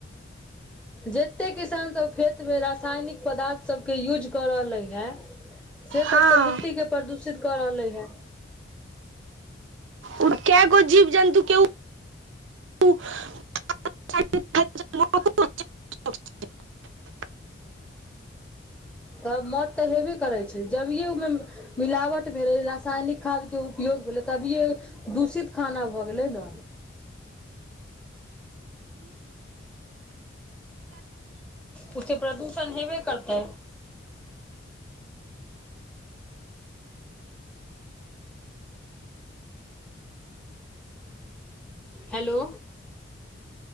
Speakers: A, in the centre; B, on the right.
A: जेते किसान सब खेतमे रासायनिक पदार्थसभके यूज कऽ रहले है। से सब
B: हँ
A: तऽ मिट्टी के प्रदूषित कऽ रहले है।
B: ओ कए गो जीव जन्तु के उ। <unintelligible> <unintelligible>
A: तब मौत तऽ हेबे करै छै, जभीएहे ओहिमे मिलावट भेले रसायनिक खाद के उपयोग भेलै तभियए दूषित खाना भए गेलै ने? उे ते प्रदूषण हेबे करतै। हेलो